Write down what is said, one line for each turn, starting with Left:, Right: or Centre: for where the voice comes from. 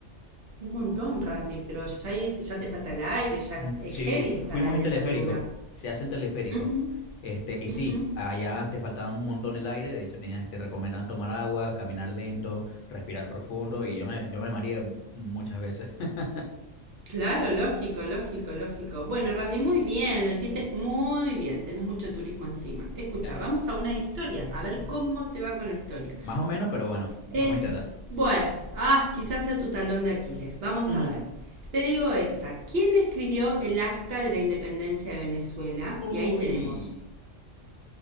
Right: Un montón, Randy, pero ya, ahí te- ya te falta el aire, ya
Left: N-
Right: es,
Left: Sí,
Right: es heavy estar
Left: fuimos
Right: ahí
Left: en teleférico,
Right: a esa altura.
Left: se hace en teleférico.
Right: Ujú,
Left: Este, y
Right: ujú.
Left: sí, allá antes faltaba un montón el aire, de hecho tenías, te recomendaban tomar agua, caminar lento, respirar profundo y yo me, yo me mareé muchas veces. <laughs>
Right: Claro, lógico, lógico, lógico. Bueno, Randy, muy bien, lo hiciste muy bien, tenés mucho turismo encima. Escucha,
Left: Gracias.
Right: vamos a una historia, a ver cómo te va con la historia.
Left: Más o menos, pero bueno, vamos
Right: Eh,
Left: a intentar.
Right: bueno, ah, quizás sea tu talón de Aquiles, vamos
Left: <laughs>
Right: a ver. Te digo esta, ¿quién escribió el Acta de la Independencia de Venezuela?
Left: Uy,
Right: Y ahí tenemos